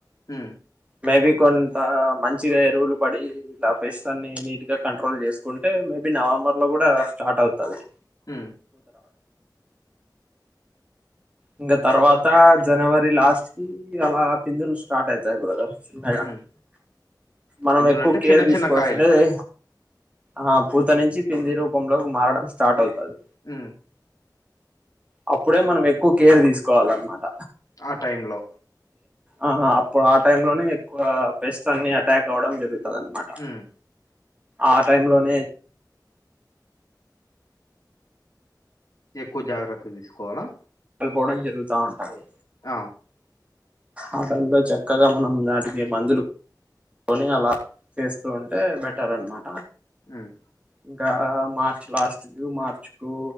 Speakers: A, on the left; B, on the right.
A: హ
B: మేబీ కొంత మంచిగా ఎరువులు పడి ఇలా పెస్ర్న్ని నీట్గా కంట్రోల్ చేసుకుంటే మేబీ నవంబర్లో కూడా స్టార్ట్ అవుతుంది
A: హ
B: ఇంకా తర్వాత జనవరి లాస్ట్ కి అలా పిందులు స్టార్ట్ అవుతాయి బ్రదర్ చిన్నగా
A: ఉమ్
B: మనం
A: పిందులు
B: ఎక్కువ
A: అంటే
B: కేర్
A: చిన్న
B: తీసుకోవాల్సినది
A: చిన్న కాయలు
B: ఆ పూత నుంచి పింది రూపంలోకి మారడం స్టార్ట్ అవుతుంది
A: అ
B: అప్పుడే మనం ఎక్కువ కేర్ తీసుకోవాలన్నమాట
A: ఆ టైమ్ లో
B: ఆ అప్పుడు ఆ టైమ్ లోనే ఎక్కువ పెస్ట్ అన్ని అటాక్ అవ్వడం జరుగుంది ద అన మాట
A: ఉమ్
B: ఆ టై లోనే
A: ఎక్కువ జాగ్రత్త తీసుకోవాలా
B: కపోవడం జరుగుతా ఉంటుది
A: ఆ
B: ఆ టైమ్ లో చక్కగా మనం దాటిక మందులు పోనీ అలా చేస్తూ ఉంటే బట్ట ఉంటారాన్నమాట
A: ఉహ్మ్
B: ఇంకా మార్చ్ లాస్ట్కి మార్చ్ కు